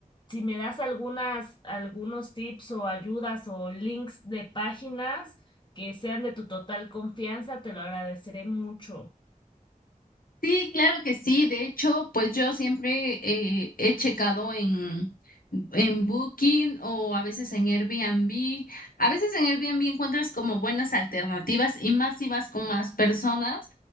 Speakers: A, on the left; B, on the left.
A: si me das algunas, algunos tips o ayudas o links de páginas que sean de tu total confianza, te lo agradeceré mucho.
B: Sí, claro que sí. De hecho, pues yo siempre eh, he checado en, en Booking o a veces en Airbnb. A veces en Airbnb encuentras como buenas alternativas y más si vas con más personas.